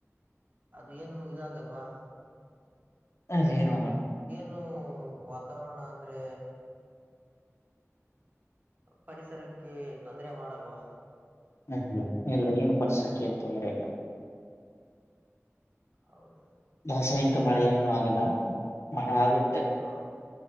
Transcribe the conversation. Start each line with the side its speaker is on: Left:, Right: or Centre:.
Right: ಅದ ಏನು ಇದಾಗಲ್ವಾ
Left: ಅದಗರ
Right: ಇನು ವಾತಾವರಣ ಅಂದ್ರೆ ಪರಿಸರಕ್ಕೆ ತೊಂದರೆ ಮಾಡಲ್ವಾ
Left: ಹಲ್ಲ ಇಲ್ಲ ಏನು ಪರ್ಸಕಿ ಅ ತೊಂದರೆ ಇಲ್ಲ
Right: ಹೌದು
Left: ರಾಸಾಯನಿಕ ಮಳೆ ಏನು ಆಗಲ್ಲ ಮಳೆ ಆಗುತ್ತ
Right: ಹಾ